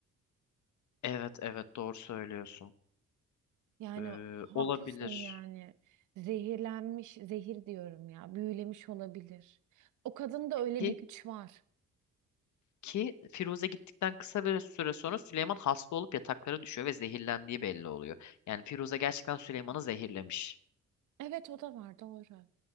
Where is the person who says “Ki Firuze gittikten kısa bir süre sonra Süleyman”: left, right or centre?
Left